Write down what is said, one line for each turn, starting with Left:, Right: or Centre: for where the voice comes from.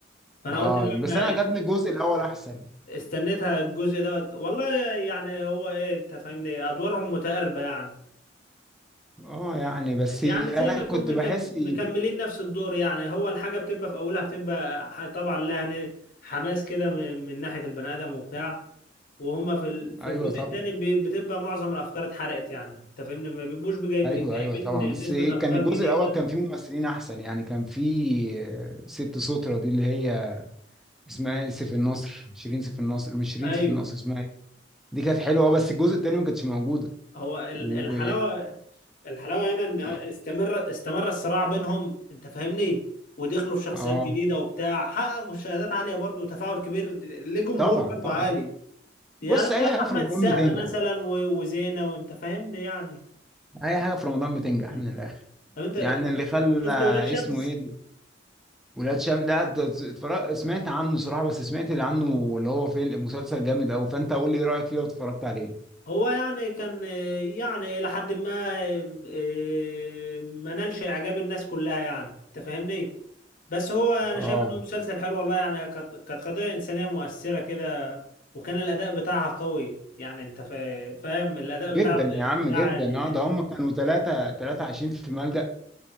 Left: فانا
Centre: اه
Left: قلت لما
Centre: بس انا عجبني الجزء الاول احسن
Left: استنيتها الجزء ده والله يعني هو ايه انت فاهمني ادوارهم متقاربة يعني
Centre: اه يعني بس
Left: يعني
Centre: انا
Left: زي ما يكون
Centre: كنت بحس
Left: مكم...
Centre: إيه
Left: مكملين
Centre: في...
Left: نفس الدور يعني هو الحاجة بتبقى في أولها بتبقى ح- طبعا لها ن- حماس كده من... من ناحية البني آدم وبتاع وهم في ال... في
Centre: ايوه
Left: الجزء
Centre: طبعا
Left: التاني ب... بتبقى معظم الأفكار اتحرقت يعني أنت فاهمني ما بيبقوش بجايب...
Centre: ايوه
Left: جايبين
Centre: ايوه طبعا بس
Left: نسبة
Centre: ايه
Left: أفكار
Centre: كان الجزء
Left: جديدة
Centre: الاول كان فيه ممثلين احسن يعني كان فيه آه، ست سوترة دي اللي هي اسمها ايه سيف النصر شيرين سيف النصر مش شيرين
Left: أيوه
Centre: سيف النصر اسمها ايه دي كانت حلوه اه بس الجزء التاني ما كانتش موجوده
Left: هو ال-
Centre: و
Left: الحلاوة الحلاوة هنا إن استمر
Centre: اه
Left: استمر الصراع بينهم أنت فاهمني ودخلوا في شخصيات
Centre: آه،
Left: جديدة وبتاع حقق مشاهدات عالية برضه وتفاعل كبير لجمهور
Centre: طبعا
Left: برضه
Centre: طبعا
Left: عالي يعني
Centre: بص
Left: بسبب
Centre: اي حاجه
Left: احمد
Centre: في رمضان
Left: السقا
Centre: بتنجح
Left: مثلا و- وزينة وانت فاهمني يعني
Centre: اي حاجه في رمضان بتنجح
Left: مم.
Centre: من الاخر
Left: طب انت
Centre: يعني اللي خلى
Left: شفت ولاد شمس
Centre: اسمه ايه ده؟ ولاد شمس لا ات- اتفرج... سمعت عنه صراحه بس سمعت اللي عنه اللي هو في مسلسل جامد قوي فانت قول لي ايه رايك فيه لو اتفرجت عليه
Left: هو يعني كان آه، يعني لحد ما آه، ما نالش اعجاب الناس كلها يعني انت فاهمني بس هو انا
Centre: اه
Left: شايف انه مسلسل حلو والله يعني كانت كانت قضية انسانية مؤثرة كده وكان الاداء بتاعها قوي يعني انت فا- فاهم الاداء
Centre: جدا
Left: بتاع
Centre: يا عم
Left: بتاع
Centre: جدا
Left: ال...
Centre: اه ده هم كانوا ثلاثة ثلاثة عايشين في ملجأ